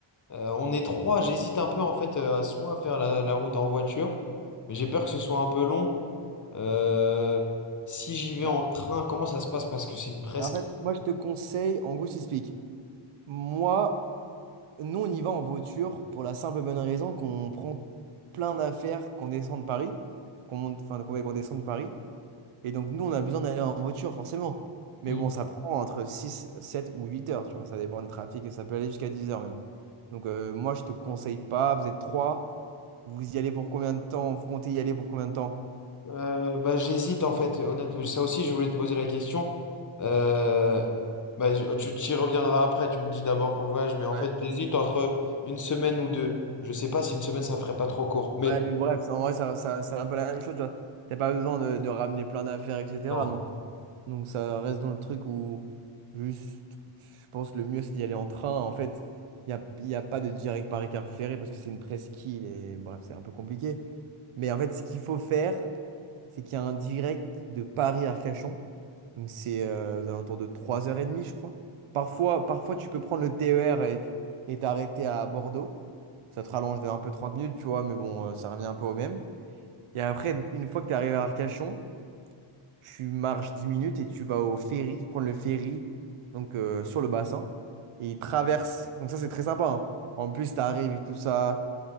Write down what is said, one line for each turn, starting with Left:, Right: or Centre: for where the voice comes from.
Left: Euh, on est trois. J'hésite un peu en fait euh, à soit faire la, la route en voiture, mais j'ai peur que ce soit un peu long. Euh, si j'y vais
Right: ah.
Left: en train, comment ça se passe? Parce que c'est une presque.
Right: En fait, moi je te conseille, en gros, je t'explique. Moi. Nous, on y va en voiture pour la simple et bonne raison qu'on prend plein d'affaires, qu'on descend de Paris, qu'on monte, enfin, qu'on ouais, qu'on descend de Paris. Et donc, nous, on a besoin d'aller en voiture, forcément. Mais
Left: Hmm.
Right: bon, ça prend entre 6, 7 ou 8 heures, tu vois. Ça dépend du trafic et ça peut aller jusqu'à 10 heures même. Donc, euh, moi, je te conseille pas. Vous êtes trois. Vous y allez pour combien de temps? Vous comptez y aller pour combien de temps?
Left: Euh, bah, j'hésite en fait, honnêtement. Ça aussi, je voulais te poser la question. Euh, bah, je- tu tu y reviendras après, tu me dis d'abord pour le voyage, mais en
Right: Ouais.
Left: fait, j'hésite entre une semaine ou deux. Je sais pas si une semaine, ça ferait pas trop court, mais
Right: Ouais, mais bref, en vrai, ça, ça- c'est un peu la même chose, tu vois. T'as pas besoin de, de ramener plein d'affaires, etc.
Left: non.
Right: Donc, Donc ça reste dans le truc où juste, je pense le mieux c'est d'y aller en train. En fait, il n'y a, il y a pas de direct Paris-Car Ferré parce que c'est une presqu'île et bref, c'est un peu compliqué. Mais en fait, ce qu'il faut faire, c'est qu'il y a un direct de Paris-Arcachon. Donc c'est euh, aux alentours de 3h30, je crois. Parfois, parfois, tu peux prendre le TER et et t'arrêter à Bordeaux. Ça te rallonge de un peu 30 minutes, tu vois, mais bon, euh, ça revient un peu au même. Et après, une fois que tu arrivé à Arcachon, tu marches 10 minutes et tu vas au ferry, prendre le ferry donc euh, sur le bassin et il traverse. Donc ça c'est très sympa. hein. En plus tu arrives et tout ça,